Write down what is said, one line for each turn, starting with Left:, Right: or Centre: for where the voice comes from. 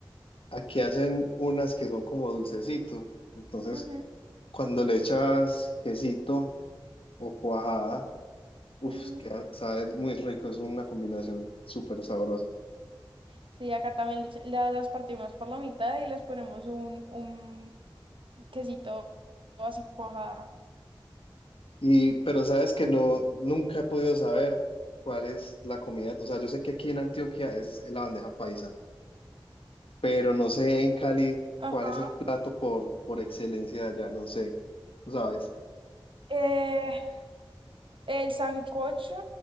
Left: Aquí hacen unas que son como dulcecito, entonces
Right: Ujú,
Left: cuando le echas quesito o cuajada, uff,
Right: ujú.
Left: queda, sabe muy rico, es una combinación súper sabrosa.
Right: Sí, acá también le echa- la- las partimos por la mitad y les ponemos un, un quesito así cuajada.
Left: Y, pero sabes que no, nunca he podido saber cuál es la comida, o sea, yo sé que aquí en Antioquia es la bandeja paisa pero no sé en Cali
Right: Ajá.
Left: cuál es el plato por, por excelencia de allá, no sé, ¿tú ¿sabes?
Right: Eh, el sancocho